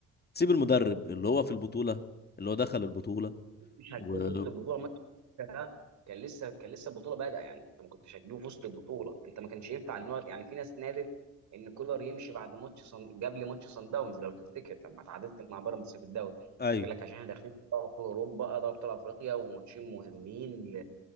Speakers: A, on the left; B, on the right.
A: سيب المدرب اللي هو في البطولة اللي هو دخل البطولة
B: مش هتجيب
A: و
B: وسط البطوله ماتش ده كان لسه كان لسه البطوله بادئه يعني انت ما كنتش هتجيبه في وسط البطوله انت ما كانش ينفع ان هو يعني في ناس نادت ان كولر يمشي بعد ماتش صن... قبل ماتش صن داونز لو تفتكر لما تعادلت مع بيراميدز في الدوري
A: أيوه
B: قال لك عشان احنا داخلين في دوري ابطال اوروبا آه، دوري ابطال افريقيا وماتشين مهمين